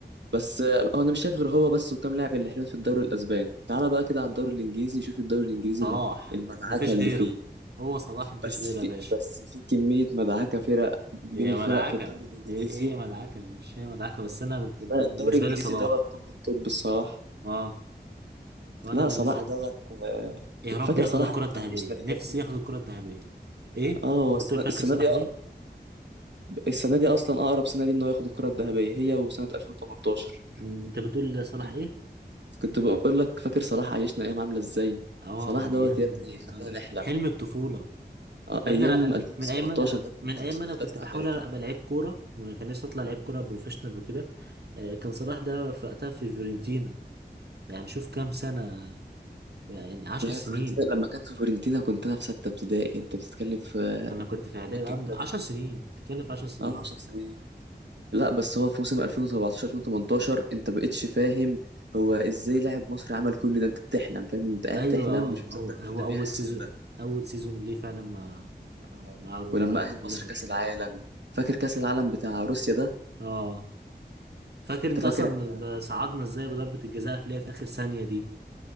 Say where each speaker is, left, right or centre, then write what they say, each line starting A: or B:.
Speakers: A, on the right; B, on the right.
A: بس آه، هو انا مش شايف غير هو بس وكام لاعب اللي حلوين في الدوري الاسباني تعالى بقى كده على الدوري الانجليزي شوف الدوري الانجليزي
B: صلاح
A: ال- المدعكة
B: مفيش
A: اللي
B: غيره
A: فيه
B: هو صلاح مفيش
A: بس
B: غيره
A: في
B: يا باشا
A: بس في كمية مدعكة فرق بين
B: هي
A: الفرق
B: مدعكة
A: في الدوري الإنجليزي
B: هي إيه، هي مدعكة يا باشا هي مدعكة بس أنا بت- بالنسبة
A: لا الدوري الإنجليزي
B: لي صلاح
A: دوت طب الطب الصراحة
B: اه وأنا
A: لا
B: بالنسبة
A: صلاح دوت
B: لي
A: آه،
B: يا رب
A: فاكر
B: ياخد
A: صلاح
B: الكرة
A: دوت
B: الذهبية
A: عايشنا إيه
B: نفسي
A: يا ابني
B: ياخد الكرة الذهبية إيه
A: اه هو
B: بتقول
A: السنة
B: فاكر
A: السنة
B: صلاح
A: دي آه،
B: إيه
A: السنة دي أصلا أقرب سنة دي إنه ياخد الكرة الذهبية هي وسنة 2018
B: مم، أنت بتقول صلاح
A: كنت
B: إيه
A: كنت بقول لك فاكر صلاح عايشنا أيام عاملة إزاي
B: اه
A: صلاح
B: أيام
A: دوت يا ابني خلانا
B: آه،
A: نحلم
B: حلم الطفولة
A: آه،
B: يا
A: أيام
B: ابني أنا أنا
A: 2017
B: من أيام ما أنا
A: ده كنت
B: من أيام
A: في
B: ما أنا
A: في
B: كنت
A: تالتة
B: بحاول
A: إعدادي
B: أبقى لعيب كورة وكان نفسي أطلع لعيب كورة بروفيشنال وكده آه، كان صلاح ده في وقتها في فيورنتينا يعني شوف كام سنة يعني عشر
A: يا
B: سنين
A: فورنتينا لما كان في فورنتينا كنت انا في سته ابتدائي انت بتتكلم في
B: انا كنت في اعدادي
A: مدة
B: قبل
A: كبيرة
B: عشر
A: جدا
B: سنين بتكلم في عشر سنين
A: اه 10 سنين لا بس هو في موسم 2017 2018 انت بقتش فاهم هو ازاي لاعب مصري عمل كل ده انت بتحلم فاهم انت قاعد
B: ايوه
A: تحلم
B: اه
A: مش مصدق
B: هو هو
A: ان اللي بيحصل
B: اول سيزون
A: ده
B: اول سيزون ليه فعلا مع
A: آه.
B: مع مع
A: ولما اهل
B: الليفر
A: مصر كاس العالم فاكر كاس العالم بتاع روسيا ده
B: اه فاكر
A: انت
B: انت
A: فاكر
B: اصلا
A: احنا
B: ده صعدنا ازاي بضربة الجزاء اللي هي في اخر ثانية
A: مم.
B: دي